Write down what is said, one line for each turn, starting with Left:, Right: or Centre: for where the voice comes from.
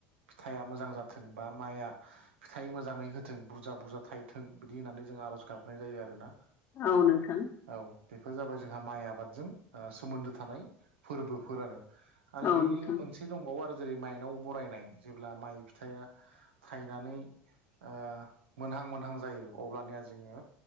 Right: फिथाइया मोजां जाथों बा माइआ फिथाइ मोजाङै होथों बुरजा बुरजा थायथों बिदि होननानै जों आर'ज गाबनाय जायो आरोना
Left: औ नोंथां
Right: औ बेफोर जाबाय जोंहा माइ आबादजों सोमोन्दो थानाय फोरबोफोर आरो आरो
Left: औ
Right: बेनि
Left: नोंथां
Right: मोनसे दंबावो आरो जेरै माइनाव बरायनाय जेब्ला माइ फिथाइया थायनानै ओ मोनहां मोनहां जायो अब्लानिया जोङो